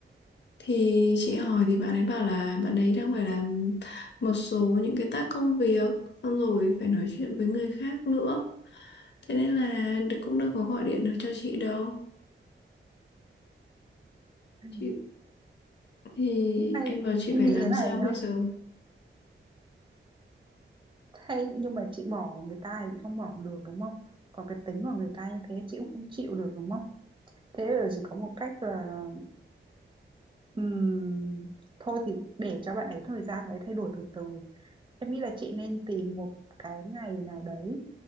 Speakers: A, on the left; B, on the right.
A: thì chị hỏi thì bạn ấy bảo là bạn ấy đang phải làm một số những cái tác công việc xong rồi phải nói chuyện với người khác nữa thế nên là cũng đâu có gọi điện được cho chị đâu
B: Ừ.
A: chị thì
B: Hay
A: em bảo chị
B: em
A: phải
B: nghĩ
A: làm
B: thế này
A: sao
B: nhá.
A: bây giờ
B: Hay nhưng mà chị bỏ người ta thì chị không bỏ được đúng không? Còn cái tính của người ta như thế chị cũng không chịu được đúng không? thế là chỉ có một cách là ừm, thôi thì để cho bạn ấy thời gian bạn ấy thay đổi từ từ em nghĩ là chị nên tìm một cái ngày nào đấy